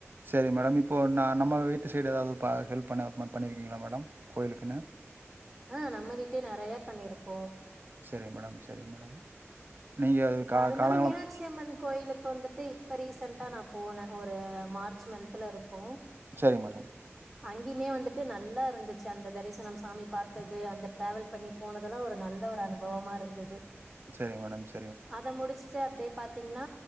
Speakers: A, on the right; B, in the centre.
A: சரி மேடம் இப்போ நா நம்ம வீட்டு சைடு ஏதாது பா ஹெல்ப் பண்த பண்ணியிருக்கீங்களா மேடம் கோயிலுக்குன்னு
B: ஆ நம்ம வீட்லயு நறையா பண்ணிருக்கோ
A: சரி மேடம் சரி மேடம் நீங்க
B: அ
A: கா
B: அது மாரி
A: காலங்காலம்
B: மினாட்சியம்மன் கோயிலுக்கு வந்துட்டு இப்ப ரீசண்டா நா போனே ஒரு மார்ச் மன்த்லருக்கும்
A: சரி மேடம்
B: அங்கிமே வந்துட்டு நல்லாருந்துச்சு அந்த தரிசனோ சாமி பாத் தது அந்த டிரவல் பண்ணி போனதெல்லா ஒரு நல்ல ஒரு அனுபவமாருந்தது
A: சரிங் மேடம் சரி
B: அத முடிச்சுட்டு அப்டியே பாத்தீங்கன்னா